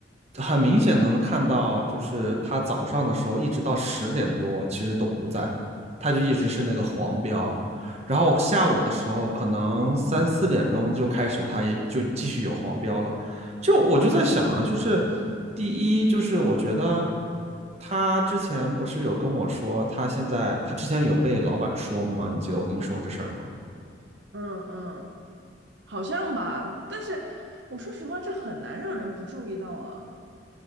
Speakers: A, on the right; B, on the right.
A: 很明显能看到，就是他早上的时候一直到十点多其实都不在，他就一直是那个黄标，然后下午的时候可能三四点钟就开始，他也就继续有黄标了。就我就在想啊，就是第一就是我觉得他之前不是有跟我说，他现在他之前有被老板说吗？你记得我跟你说过这事儿吗？
B: 嗯嗯，好像吧，但是我说实话，这很难让人不注意到啊。